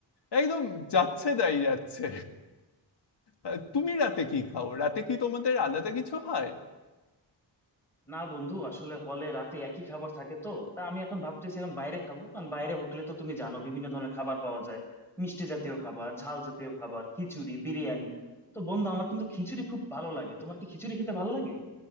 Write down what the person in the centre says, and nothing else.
না বন্ধু আসলে হলে রাতে একই খাবার থাকে তো তা আমি এখন ভাবতেছি এখন বাইরে খাবো কারণ বাইরে হোটেলে তো তুমি জানো বিভিন্ন ধরনের খাবার পাওয়া যায় মিষ্টি জাতীয় খাবার ঝাল জাতীয় খাবার খিচুড়ি বিরিয়ানি তো বন্ধু আমার কিন্তু খিচুড়ি খুব ভালো লাগে তোমার কি খিচুড়ি খেতে ভালো লাগে